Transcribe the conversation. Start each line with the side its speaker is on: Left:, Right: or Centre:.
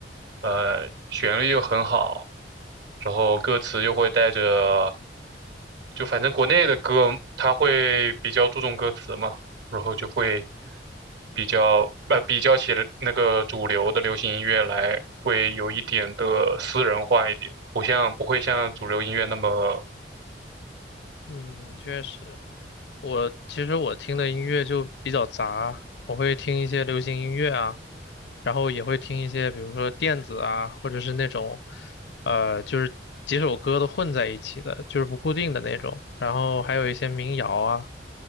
Right: 呃，旋律又很好，然后歌词又会带着，就反正国内的歌，它会比较注重歌词嘛，然后就会比较，呃，比较起那个主流的流行音乐来，会有一点的私人化一点，不像，不会像主流音乐那么，
Left: 嗯，确实，我其实我听的音乐就比较杂，我会听一些流行音乐啊，然后也会听一些，比如说电子啊，或者是那种，呃，就是几首歌都混在一起的，就是不固定的那种，然后还有一些民谣啊，